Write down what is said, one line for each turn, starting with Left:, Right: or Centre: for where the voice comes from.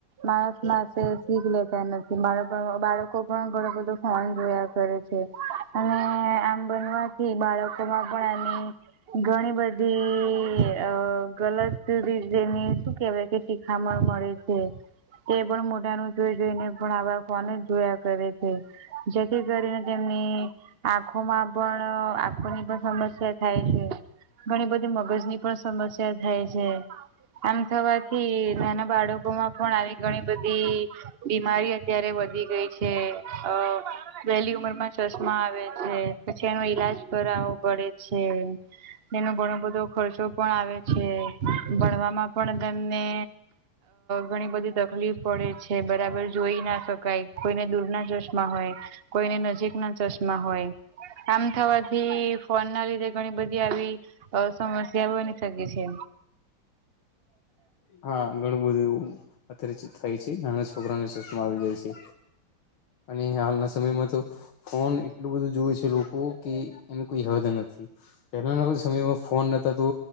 Right: માણસ માસે શીખ લેતા નથી બાળ બાળકો પણ ઘણો બધો ફોન જોયા કરે અને આમ બનવાથી બાળકો માં પણ આની ઘણી બધી. અ ગલત રીતેની શું કેવાય કે શીખામણ મળે છે. એ પણ મોટા ન જોઈ જોઈને પણ આવા ફોન જોયા કરે છે. જેથી કરીને તેમને આંખોમાં પણ આંખોની પણ સમસ્યા થાય છે ઘણી બધી મગજ ની પણ સમસ્યા થાય છે. આમ થવાથી નાના બાળકો માં પણ આવી ઘણી બધી. બીમારી અત્યારે વધી ગઈ છે અ વહેલી ઉંમર માં ચસમા આવે છે પછી એનો ઈલાજ કરાવવો પડે છે. તેનો ઘણો બધો ખર્ચો પણ ભણવામાં પણ તને ઘણી બધી તકલીફ પડે છે બરાબર જોઈ ના શકાય કોઈને દૂર ના ચશમાં હોય. કોઈને નજીક ના ચશ્મા હોય કમ થવાથી ફોન ના લીધે ઘણી બધી આવી. અ સમસ્યા બની શકે છે.
Left: હા ઘણું બધું એવું. અતિરિચિત થાય છે નાના છોકરાનેસ્માં આવી જાય છે. અને હાલના સમયમાં તો. ફોન એટલું બધું જોય છે લોકો કે એનું કોઈ હદ નથી. પહેલાના કો સમયમાં ફોન નતા તો